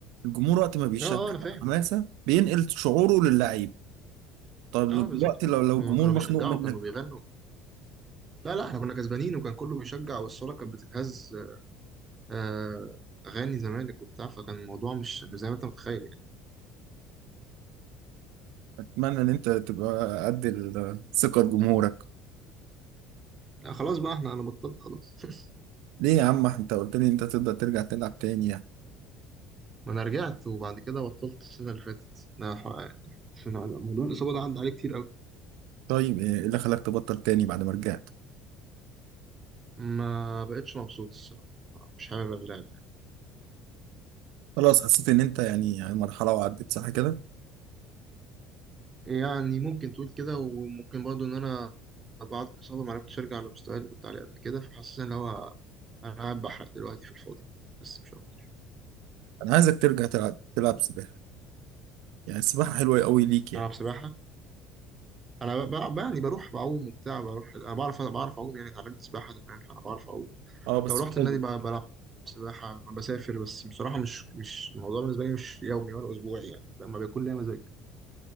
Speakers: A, on the right; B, on the right.
A: الجمهور وقت ما بيشجع
B: اه اه انا فاهمك
A: حماسه بينقل شعوره للعيب طب
B: اه بالظبط
A: دلوقتي لو لو
B: هما
A: الجمهور
B: كانوا
A: مخنوق
B: بيشجعوا
A: منك
B: كانوا بيغنوا لا لا احنا كنا كسبانين وكان كله بيشجع والصاله كانت بتتهز آه، اغاني زمالك وبتاع فكان الموضوع مش مش زي ما انت متخيل
A: اتمنى ان انت تبقى قد ال- ثقه جمهورك
B: لا خلاص بقى احنا انا بطلت خلاص <laughs>
A: ليه يا عم انت قلت لي انت تقدر ترجع تلعب تاني يعني
B: ما انا رجعت وبعد كده بطلت السنه اللي فاتت ده ح- السنة- موضوع الاصابه ده عدى عليه كتير قوي
A: طيب ايه اللي خلاك تبطل تاني بعد ما رجعت
B: ما بقتش مبسوط الصراحه ما- مش حابب اللعبه
A: خلاص حسيت ان انت يعني يعني مرحله وعدت صح كده
B: يعني ممكن تقول كده وممكن برضو ان انا بعد الاصابه ما عرفتش ارجع للمستوى اللي كنت عليه قبل كده فحاسس ان هو انا قاعد بحرق دلوقتي في الفاضي بس مش اكتر
A: انا عايزك ترجع تلعب تلعب سباحه يعني السباحه حلوه قوي ليك يعني
B: العب سباحه انا ب- بلعب يعني بروح بعوم وبتاع بروح انا بعرف بعرف اعوم يعني اتعلمت سباحه زمان فانا بعرف اعوم
A: اه بس
B: لو رحت
A: مش
B: النادي
A: لازم.
B: بقى بلعب سباحة أنا بسافر بس بصراحة مش مش الموضوع بالنسبة لي مش يومي ولا أسبوعي يعني لما بيكون ليا مزاج